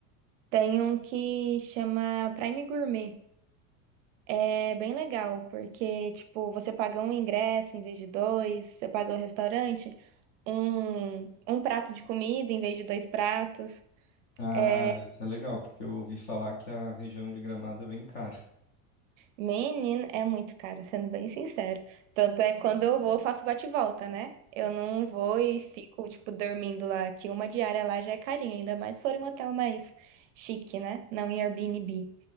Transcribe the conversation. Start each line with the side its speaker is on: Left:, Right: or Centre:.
Right: Tem um que chama Prime Gourmet. É bem legal, porque tipo, você paga um ingresso em vez de dois, você paga o restaurante, um, um prato de comida em vez de dois pratos.
Left: Ah,
Right: É,
Left: isso é legal, porque eu ouvi falar que a região de Gramado é bem cara.
Right: Menino, é muito caro, sendo bem sincero. Tanto é que quando eu vou, eu faço bate-volta, né? Eu não vou e fico, tipo, dormindo lá, que uma diária lá já é carinha, ainda mais se for em um hotel mais chique, né? Não em Airbnb.